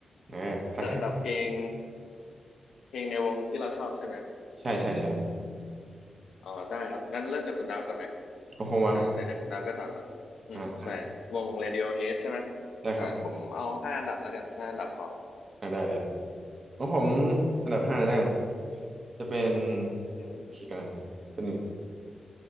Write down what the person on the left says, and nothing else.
จัดอันดับเพลงเพลงในวงที่เราชอบใช่ไหม
อ๋อได้ครับงั้นเริ่มจากคุณดาวก่อนไหม
อ่าไหนๆคุณดาวก็ถามละอืมใช่วง
Radiohead ใช่ไหม
อ่าผมเอาห้าอันดับแล้วกันห้าอันดับครับ
อืม